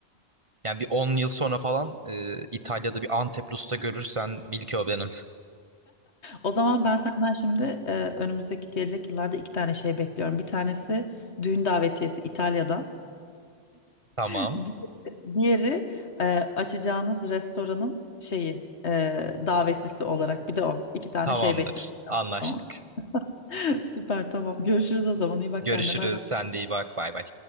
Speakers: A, on the right; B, on the left.
A: Yani bir 10 yıl sonra falan e, İtalya'da bir Antepli usta görürsen bil ki o benim.
B: O zaman ben senden şimdi e, önümüzdeki gelecek yıllarda iki tane şey bekliyorum. Bir tanesi düğün davetiyesi İtalya'da.
A: <laughs>
B: <laughs>
A: Tamam.
B: Di- Diğeri e, açacağınız restoranın şeyi e, davetlisi olarak. Bir de o. İki tane
A: Tamamdır.
B: şey bekliyorum.
A: Anlaştık.
B: Tamam. <laughs> Süper tamam. Görüşürüz o zaman. İyi bak
A: Görüşürüz.
B: kendine. Bay bay.
A: Sen de iyi bak. Bay bay.